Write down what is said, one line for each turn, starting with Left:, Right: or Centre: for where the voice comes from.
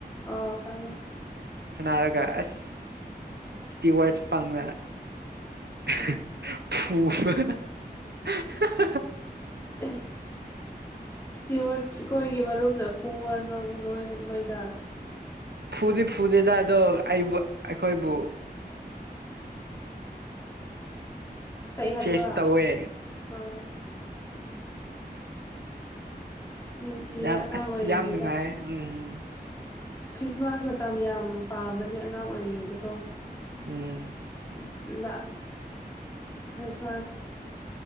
Left: ꯑꯣ ꯈꯪꯉꯦ
Right: ꯁꯅꯔꯒ ꯑꯁ ꯏꯁꯇꯤꯋꯔꯠꯁ ꯄꯪꯗ
Left: ꯑꯣ
Right: <unintelligible>
Left: ꯑ ꯏꯁꯇꯤꯋꯠꯈꯣꯏꯒꯤ ꯃꯔꯨꯝꯗ ꯐꯨꯕ ꯅꯪꯉ ꯅꯣꯏ ꯃꯨꯛ ꯅꯣꯏꯗ
Right: ꯐꯨꯗꯤ ꯐꯨꯗꯦꯗ ꯑꯗꯣ ꯑꯩꯕꯨ ꯑꯩꯈꯣꯏꯕꯨ
Left: ꯆꯩꯍꯟꯕ
Right: ꯆꯦꯁ ꯇꯧꯋꯦ
Left: ꯑꯥꯎ ꯅꯨꯡꯁꯤꯌꯦ
Right: ꯌꯥꯝ
Left: ꯑꯉꯥꯡ
Right: ꯑꯁ
Left: ꯑꯣꯏꯔꯤꯉꯩꯗ
Right: ꯌꯥꯝ ꯅꯨꯡꯉꯥꯏ ꯎꯝ
Left: ꯈ꯭ꯔꯤꯁꯃꯥꯁ ꯃꯇꯝ ꯌꯥꯝ ꯄꯥꯝꯕꯅꯦ ꯑꯉꯥꯡ ꯑꯣꯏꯔꯤꯉꯩꯗꯀꯣ
Right: ꯎꯝ
Left: ꯑꯁ ꯂ ꯈꯁꯤꯃꯥꯁ